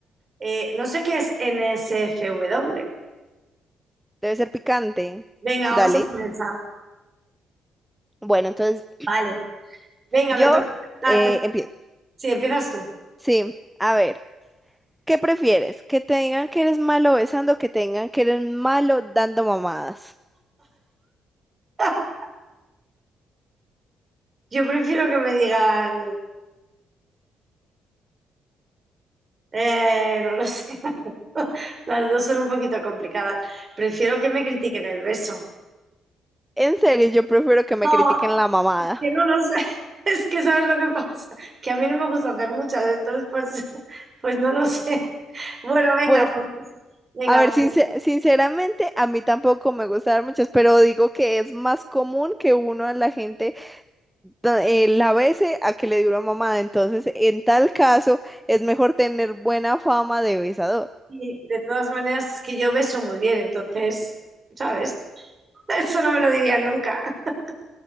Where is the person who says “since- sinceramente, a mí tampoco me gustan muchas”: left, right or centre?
Centre